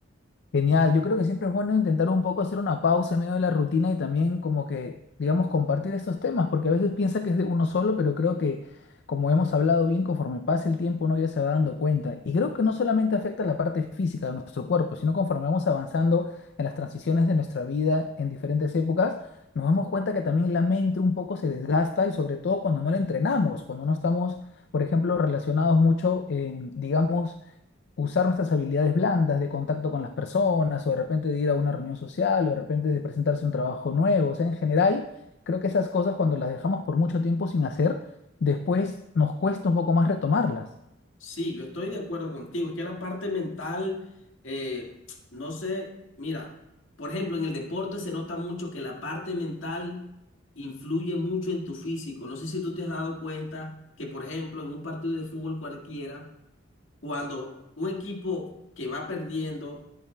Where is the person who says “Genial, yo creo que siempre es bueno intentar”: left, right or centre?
Left